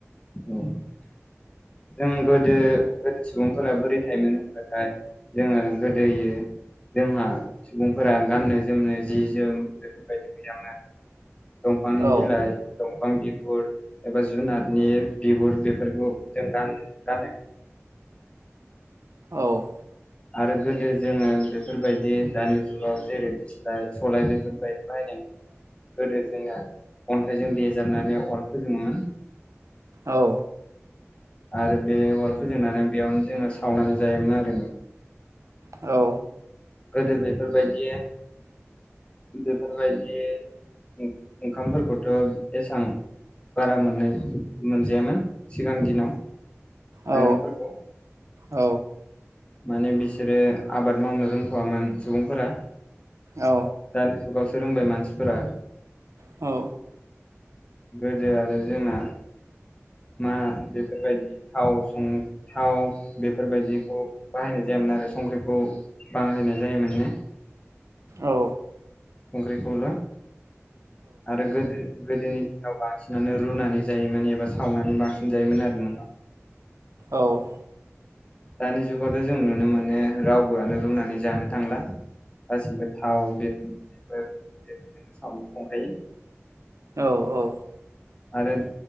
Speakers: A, on the left; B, on the right.
A: औ जों गोदो गोदो सुबुंफोरा बोरै थायोमोन होनब्लाथाय जोङो गोदोयो जोंहा सुबुंफोरा गाननो जोमनो जि जोम बेफोरबायदि गैयामोन। दंफांनि
B: औ
A: बिलाइ दंफां बिफुर एबा जुनार नि बिगुर बेफोरखौ जों गानो गान
B: औ
A: आरो गोदो जोङो बेफोरबायदि दानि जुगाव जेरै दिस्लाय सलाय बेफोरबायदि बाहायनाय गोदो जोंना अन्थाइजों देजाबनानै अर फोजोङोमोन।
B: औ
A: आरो बे अर फोजोंनानै बेयावनो जोङो सावनानै जायोमोन आरो।
B: औ
A: गोदो बेफोरबायदि बेफोरबायदि ओंखामफोरखौथ' एसां बारा मोननाय मोनजायामोन सिगां दिनाव। माइरंफोरखौ
B: औ औ
A: माने बिसोरो आबाद मावनो रोंथ'वामोन सुबुंफोरा।
B: औ
A: दानि जुगावसो रोंबाय मानसिफोरा
B: औ।
A: गोदो आरो जोंना मा बेफोरबायदि थाव सं थाव बेफोरबायदिखौ बाहायनाय जा यामोन आरो संख्रिखौ बाहायनाय जायोमोन नो।
B: औ।
A: संख्रिखौल' आरो गोदो गोदोनि दिनाव बांसिनानो रुनानै जायोमोन एबा सावनानै बांसिन जायोमोन आरो ना।
B: औ।
A: दानि जुगावथ' जों नुनो मोनो रावबोआनो रुनानै जानो थांला। गासिबो थाव बेफोर बेफोर बेफोरजोंनो सावो संखायो।
B: औ औ।
A: आरो